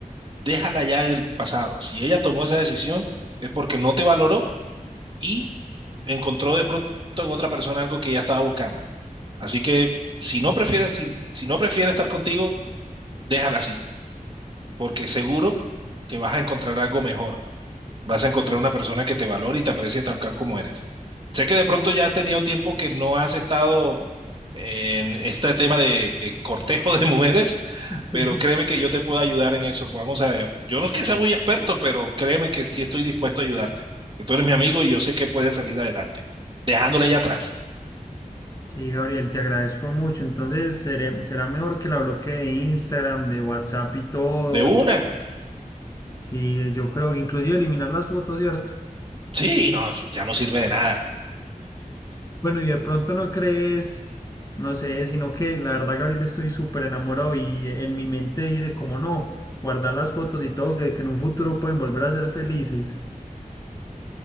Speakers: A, on the right; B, on the left.
A: déjala ya del pasado. Si ella tomó esa decisión, es porque no te valoró y encontró de pronto en otra persona algo que ella estaba buscando. Así que si no prefieres, si, si no prefiere estar contigo, déjala así, porque seguro que vas a encontrar algo mejor. Vas a encontrar una persona que te valore y te aprecie tal cual como eres. Sé que de pronto ya has tenido tiempo que no has estado en este tema de eh, cortejo de mujeres, pero
B: Sí, sí.
A: créeme que yo te puedo ayudar en eso. Vamos a ver, yo no es que sea muy experto, pero créeme que sí estoy dispuesto a ayudarte. Que tú eres mi amigo y yo sé que puedes salir adelante, dejándole ya atrás.
B: Sí, Gabriel, te agradezco mucho. Entonces, seré- será mejor que la bloquee de Instagram, de WhatsApp y todo.
A: De una,
B: Y- Sí, yo creo, inclusive eliminar las fotos, ¿cierto?
A: sí, no, eso ya no sirve de nada.
B: Bueno, y de pronto no crees, no sé, sino que la verdad, Gabriel, estoy súper enamorado y en mi mente dice, como no, guardar las fotos y todo, que, que en un futuro pueden volver a ser felices.